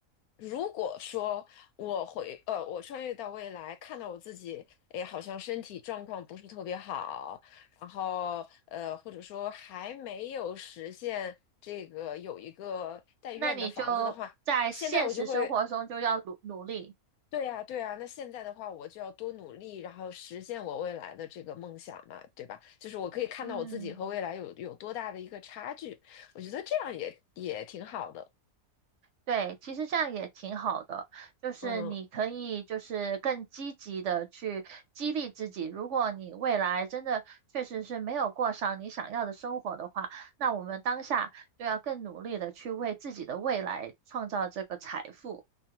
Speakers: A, on the left; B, on the right.
A: 如果说我回呃，我穿越到未来，看到我自己，哎，好像身体状况不是特别好，然后呃，或者说还没有实现这个有一个带院的房子的话，
B: 那你就在现实生活中就要努努力。
A: 现在我就会，对呀，对呀，那现在的话，我就要多努力，然后实现我未来的这个梦想嘛，对吧？就是我可以看到我自己和未来有有多大的一个差距，
B: 嗯，
A: 我觉得这样也也挺好的，
B: 对，其实这样也挺好的，就是你可以就是更积极的去激励自己。
A: 嗯。
B: 如果你未来真的确实是没有过上你想要的生活的话，那我们当下就要更努力的去为自己的未来创造这个财富。